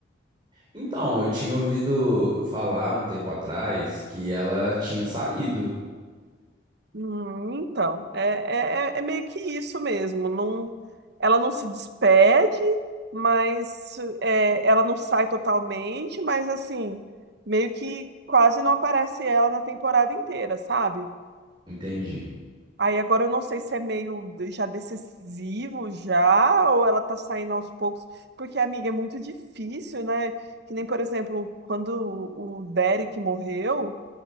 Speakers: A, on the right; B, on the right.
A: Então, eu tinha ouvido falar um tempo atrás que ela tinha saído.
B: Hum, então, é, é, é é meio que isso mesmo. Não, ela não se despede, mas é, ela não sai totalmente, mas assim, meio que quase não aparece ela na temporada inteira, sabe?
A: Entendi.
B: Aí agora eu não sei se é meio de- já decisivo já, ou ela tá saindo aos poucos, porque, amiga, é muito difícil, né? Que nem, por exemplo, quando o o Derek morreu,